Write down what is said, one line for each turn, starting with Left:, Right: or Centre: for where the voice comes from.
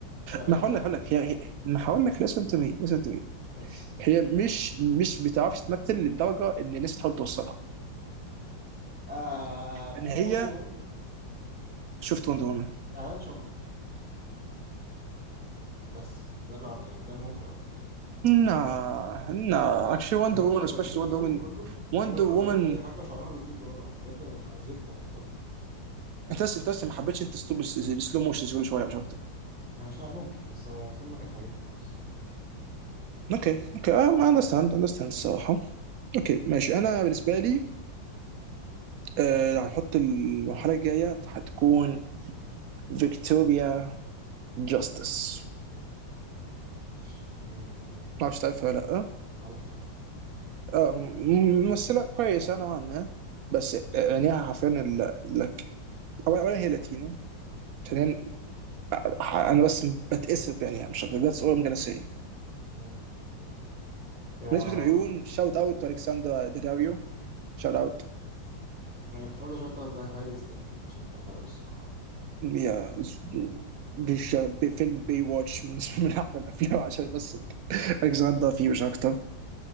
Centre: لا لا
Right: انا
Centre: هي ما
Right: هقول
Centre: بتعرفش
Right: لك هقول لك هي هي- انا هقول لك لسن تو مي لسن تو مي
Centre: ماشي
Right: هي مش مش بتعرفش تمثل للدرجه اللي الناس بتحاول توصلها
Centre: آه
Right: يعني
Centre: شفت
Right: هي
Centre: وندر وومن
Right: شفت وندر وومن
Centre: اعلان شامبو بس ده اللي أعرف- يعني ده اللي ممكن اقوله
Right: نا نا اكشلي وندر
Centre: اعلان
Right: وومن
Centre: شامبو
Right: سبيشلي
Centre: يا دود الفيلم
Right: وندر وومن
Centre: كله
Right: وندر
Centre: هي واقفه
Right: وومن
Centre: ما بتعملش اي حاجه وشعرها بيطير لورا بجد انا أنا زهقت وانا بتفرج
Right: انت بس انت بس ما حبيتش انت اسلوب السلو موشنز كل شويه مش اكتر
Centre: ماشي آه، ممكن بس آه، الفيلم ما كانش عاجبني خالص
Right: اوكي اوكي اه ما اندرستاند اندرستاند الصراحه اوكي ماشي انا بالنسبه لي آه، هنحط المرحله الجايه فهتكون فيكتوريا جاستس
Centre: آه، اوكي ماشي جميل جميل جميل
Right: ما اعرفش تعرفها ولا لا
Centre: عارف عارف
Right: آه، م- ممثلة كويسة نوعا ما بس عينيها حرفيا ال- لك أولا أولا هي لاتينو ثانيا ح- أنا بس بتأسف بعينيها مش أكتر ذاتس أول ممكن أسي
Centre: مم. يا
Right: بالنسبة للعيون شاوت أوت تو ألكسندرا داداريو شاوت أوت
Centre: يعني كنت عايز اشوت اوت هايلي ستانفيلد عشان بحبها قوي الصراحه
Right: هي
Centre: بس يعني
Right: بش- بفيلم بي واتش بالنسبة من <laughs> أحلى الأفلام عشان بس ألكسندرا فيه مش أكتر